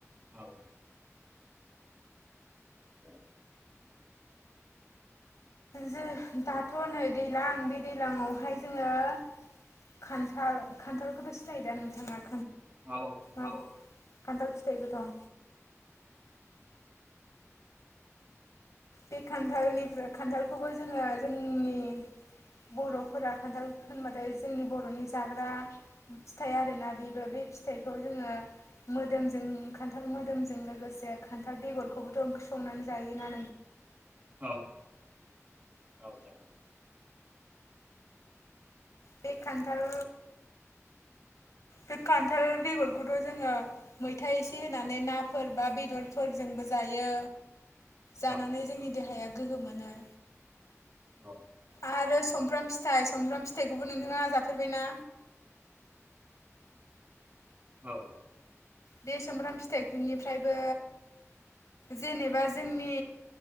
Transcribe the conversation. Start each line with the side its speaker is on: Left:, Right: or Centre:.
Right: औ औ
Left: जो दाथ' नै दैलां बे दैज्लाङावहाय जोङो ओ खान्थाल खान्थालखोथ' सिनायो दा नोंथाङा
Right: औ
Left: मा खान्थाल फिथाइबो दं बे खान्थालनिफ्राय खान्थालखौबो जोङो जोंनि बर'फोरा खान्थाल होनबाथाय जोंनि बर'नि जाग्रा फिथाइ आरोना बेबो बे फिथाइ खौ जोङो मोदोमजों खान्थाल मोदोमजों लोगोसे खान्थाल बेगरखौबोथ' ओंख्रि संनानै जायो ना
Right: औ औ ज
Left: बे खान्थाल बे खान्थाल बेगरखौथ' जोङो मैथा एसे होनानै नाफोर बा बेदरफोरजोंबो जा यो जानानै
Right: औ
Left: जोंनि देहाया गोहो मोनो
Right: औ
Left: आरो सुमफ्राम फिथाइ सुमफ्राम फिथाइखौबो नोंथाङा जाफेरबायना
Right: औ
Left: बे सामब्राम फिथाइफोरनिफ्रायबो जेनेबा जोंनि